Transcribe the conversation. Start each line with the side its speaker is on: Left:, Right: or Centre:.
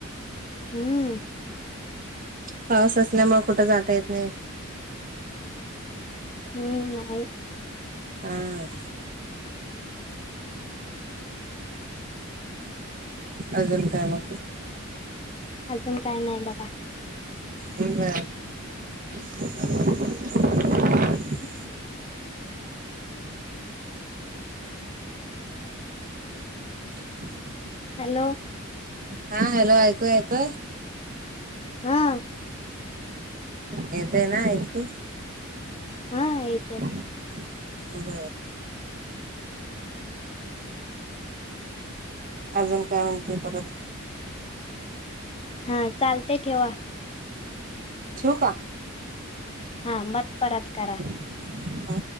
Left: हम्म
Right: पाऊस असल्यामुळे कुठं जाता येत नाही
Left: हम्म नाही
Right: हम् अजण काय मग
Left: अजून काय नाही बघा
Right: ह <unintelligible> <inaudible>
Left: हॅलो
Right: हा हॅलो आऐकोय ययेतो
Left: हा
Right: येतय ना ऐकू
Left: हा यत
Right: अे अजून काय म्हणते परत
Left: हा चालते ठेवा
Right: ठू का
Left: हा मत परत करा
Right: हा